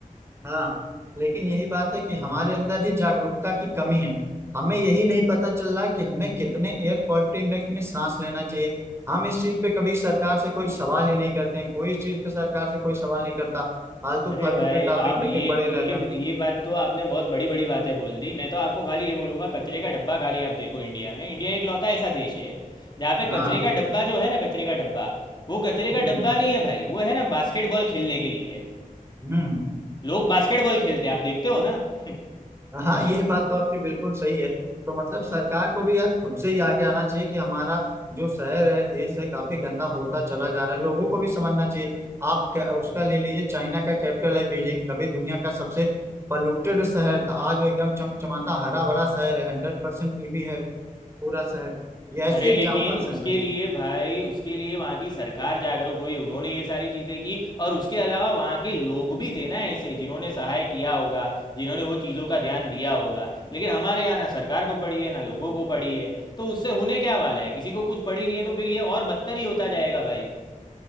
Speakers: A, on the right; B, on the left.
A: हाँ लेकिन यही बात है कि हमारे अंदर ही जागरूकता की कमी है हमें यही नहीं पता चल रहा कि हमें कितने एयर क्वालिटी इंडेक्स में सांस लेना चाहिए हम इस चीज पे कभी सरकार से कोई सवाल ही नहीं करते हैं कोई इस चीज पे सरकार से कोई सवाल नहीं करता फालतू
B: अरे
A: फालतू
B: भाई
A: के टॉपिक
B: आप
A: लेके
B: ये
A: पड़े
B: ये
A: रहते हैं
B: ये बात तो आपने बहुत बड़ी बड़ी बातें बोल दी मैं तो आपको खाली ये बोलूंगा कचरे का डब्बा खाली आप देखो इंडिया में इंडिया एक लौता ऐसा देश है जहाँ पे
A: हाँ
B: कचरे का डब्बा जो है ना कचरे का डब्बा वो कचरे का
A: हम्म
B: डब्बा नहीं है भाई वो है ना बास्केटबॉल खेलने के लिए
A: हम्म
B: लोग बास्केटबॉल खेलते हैं आप देखते हो ना <laughs>
A: हाँ ये बात तो आपकी बिल्कुल सही है तो मतलब सरकार को भी यार खुद से ही आगे आना चाहिए कि हमारा जो शहर है देश है काफी गंदा होता चला जा रहा है लोगों को भी समझना चाहिए आप क- उसका ले लीजिए चाइना का कैपिटल है बीजिंग कभी दुनिया का सबसे पॉल्यूटेड शहर था आज वो एकदम चमचमाता हरा भरा शहर है हंड्रेड परसेंट ईवी है पूरा शहर ये ऐसे
B: अरे
A: एग्जाम्पल्स
B: लेकिन उसके
A: हैं
B: लिए भाई उसके लिए वहाँ की सरकार जागरूक हुई उन्होंने ये सारी चीज़ें की और उसके अलावा वहाँ के लोग भी थे ना ऐसे जिन्होंने सहाय किया होगा जिन्होंने वो चीज़ों का ध्यान दिया होगा लेकिन हमारे यहाँ ना सरकार को पड़ी है ना लोगों को पड़ी है तो उससे होने क्या वाला है किसी को कुछ पड़ी नहीं है तो फिर ये और बदतर ही होता जाएगा भाई